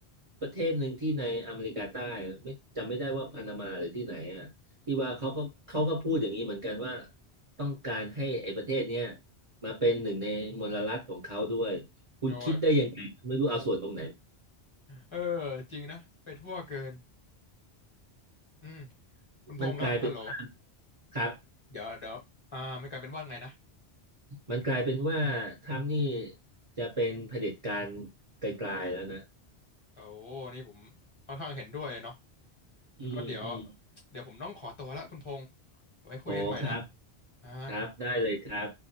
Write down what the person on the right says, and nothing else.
ประเทศหนึ่งที่ในอเมริกาใต้อะไม่จำไม่ได้ว่าพานามาหรือที่ไหนอ่ะที่ว่าเขาก็เขาก็พูดอย่างนี้เหมือนกันว่าต้องการให้ไอ้ประเทศเนี้ยมาเป็นหนึ่งในมลรัฐของเขาด้วยคุณคิดได้ยังไงไม่รู้เอาส่วนตรงไหน
มันกลายเป็นว่าครับ
มันกลายเป็นว่าทรัมป์นี่จะเป็นเผด็จการไกลๆแล้วนะ
อืมอืม
โอ้ครับ
ครับได้เลยครับ